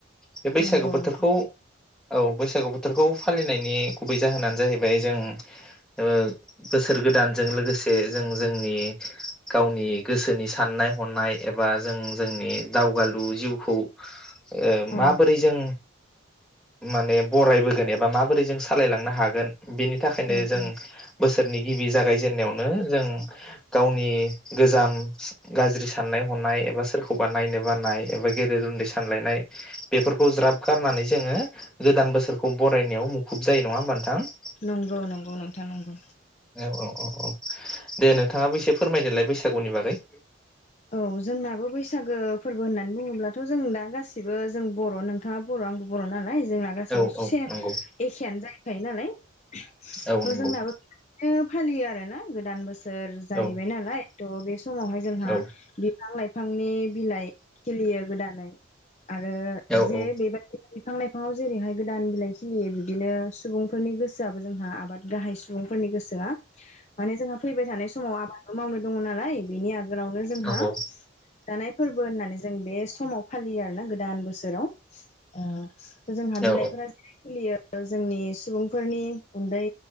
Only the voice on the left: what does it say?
नंगौ
नोंथां
औ
औ
औ
नंगौ नंगौ नोंथां नंगौ।
औ जोंनाबो बैसागो फोरबो होननानै बुंङोब्लाथ जों दा गासिबो जों बर' नोंथांङा बर'आंबो बर' नालाय। जोंना गाससिबो
से एखेयानो
जाहैखायो नालाय। जोंनाबो
बिदिनो फालियो आरोना। <unintelligible> सोर जाहैबाय
नालाय थ' बे समावहाय जोंहा
बिफां लाय बिफांनि बिलाइ खिलियो गोदानै। आरो
जे
बेबायदिनो बिफां लाइफाङाव। जेरैहाय गोदान बिलाइ खिलियो बिदिनो सुबुंफोरनि गोसोआबो जोंहा आबाद गाहाय सुबुंफोरनि गोसोआ। माने जोंहा फैबाय थानाय समाव आबाद। मावनो दङ नालाय बेनि आगोलाव जोंहा
दा फोरबो होननानै जों बे समाव फालियो आरोना गोदान बोसोराव ओ जोंहा बिलाइफोरा
<unintelligible> खिलियो। जोंनि सुबुंफोरनि उन्दै